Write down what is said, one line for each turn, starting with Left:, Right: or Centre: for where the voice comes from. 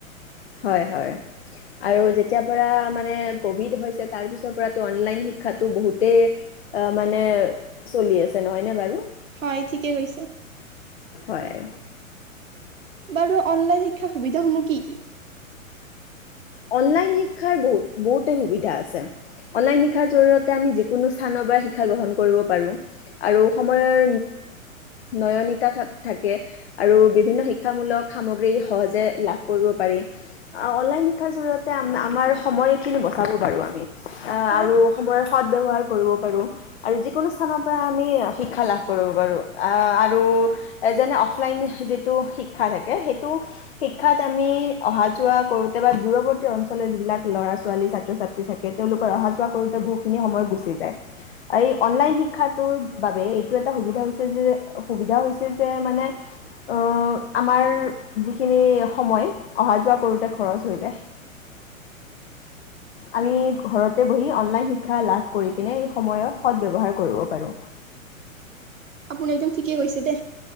Left: হয়। হয়। আৰু যেতিয়াৰ পৰা মানে কভিড হৈছে, তাৰপিছৰ পৰা অনলাইন শিক্ষাতো বহুতেই মানে, চলি আছে নহয় নে বাৰু?
Right: হয় ঠিকেই কৈছে।
Left: হয়।
Right: বাৰু অনলাইন শিক্ষাৰ সুবিধাসমূহ কি? কি?
Left: অনলাইন শিক্ষাৰ বহুত, বহুতে সুবিধা আছে। অনলাইন শিক্ষাৰ জৰিয়তে আমি যি কোনো স্থানৰ পৰা শিক্ষা গ্ৰহণ কৰিব পাৰোঁ, আৰু সময়ৰ নয়নিতা থাকে, আৰু বিভিন্ন শিক্ষামূলক সামগ্ৰী সহজে লাভ কৰিব পাৰি, অনলাইন শিক্ষাৰ জৰিয়তে আমা, আমাৰ সময়খিনি বচাব পাৰোঁ আমি। অ
Right: হয়
Left: আৰু সময় সদ ব্যৱহাৰ কৰিব পাৰোঁ, আৰু যিকোনো স্থানৰ পৰা আমি শিক্ষা লাভ কৰিব পাৰোঁ আৰু যেনে অফলাইন যিটো শিক্ষা থাকে, সেইটো শিক্ষাত আমি অহা যোৱা কৰোঁ কেতিয়াবা দূৰৱৰ্তী অঞ্চলৰ যিবিলাক ল'ৰা ছোৱালী ছাত্ৰ ছাত্ৰী থাকে, তেওঁলোকৰ অহা যোৱা কৰোতে বহুখিনি সময় গুচি যায়, এই অনলাইন শিক্ষাটোৰ বাবে এইটো এটা সুবিধা হৈছে, যে, সুবিধা হৈছে যে, মানে অ আমাৰ যিখিনি সময় অহা যোৱা কৰোতে খৰচ সময়খিনি আমি ঘৰতে বহি অনলাইন শিক্ষা লাভ কৰি পিনে, এই সময়ৰ সদ ব্যৱহাৰ কৰিব পাৰোঁ।
Right: আপুনি একদম ঠিকেই কৈছে দে।